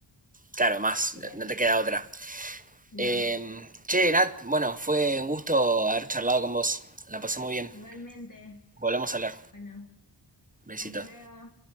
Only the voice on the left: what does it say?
Hay
que
No,
igualmente.
Bueno,
hasta luego.